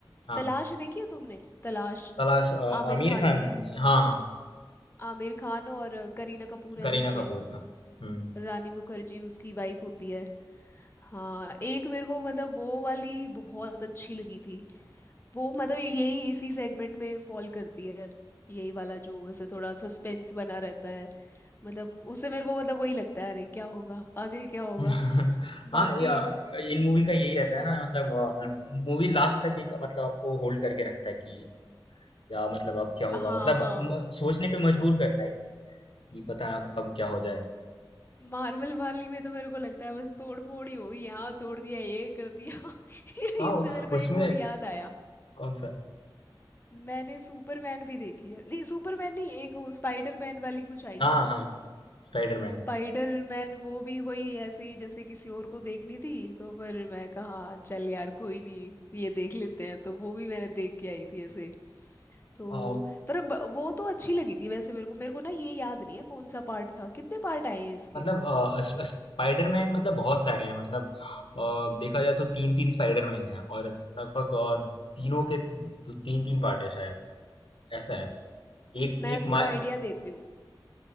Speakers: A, on the left; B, on the left.
A: हाँ
B: तलाश देखी है तुमने तलाश
A: तलाश अ,
B: आमिर
A: आमिर
B: खान
A: खान
B: की
A: है हाँ हाँ
B: आमिर खान और करीना कपूर है
A: करीना
B: जिसमें
A: कपूर का हम्म
B: रानी मुखर्जी उसकी वाइफ होती है हाँ एक मेरे को मतलब वो वाली बहुत अच्छी लगी थी वो मतलब यही इसी सेगमेंट में फॉल करती है यही वाला जो ऐसे थोड़ा सस्पेंस बना रहता है मतलब उससे मेरे को मतलब वही लगता है अरे क्या होगा आगे क्या होगा
A: <laughs> हाँ
B: बाकी
A: या इन मूवी का यही रहता है ना मतलब मूवी लास्ट तक एक मतलब आपको होल्ड करके रखता है कि क्या मतलब अब क्या
B: हाँ
A: होगा मतलब
B: हाँ
A: म, सोचने पे मजबूर करता है कि कि पता है अब कब क्या हो जाए
B: मार्वल वाली में तो मेरे को लगता है बस तोड़ फोड़ ही होगी यहाँ तोड़ दिया ये कर दिया <laughs>
A: हाँ
B: इससे मेरे को
A: उसमें
B: एक और याद आया
A: कौन सा
B: मैंने सुपरमैन भी देखी है नहीं सुपरमैन नहीं एक वो स्पाइडरमैन वाली कुछ आई
A: हाँ
B: थी
A: हाँ स्पाइडरमैन
B: स्पाइडरमैन वो भी वही ऐसे ही जैसे किसी और को देखनी थी तो फिर मैं कहा "हाँ, चल यार कोई नहीं ये देख लेते हैं तो वो भी मैंने देख के आई थी ऐसे तो
A: अ,
B: पर ब- वो तो अच्छी लगी थी वैसे मेरे को मेरे को ना ये याद नहीं है कौन सा पार्ट था कितने पार्ट आए हैं इसके
A: मतलब अ, स- स्पाइडरमैन मतलब बहुत सारे हैं मतलब अ, देखा जाए तो तीन तीन स्पाइडरमैन है और लगभग अ, तीनों के ती- तीन तीन पार्ट है शायद ऐसा है एक
B: मैं
A: एक
B: थोड़ा
A: मार
B: आइडिया देती हूँ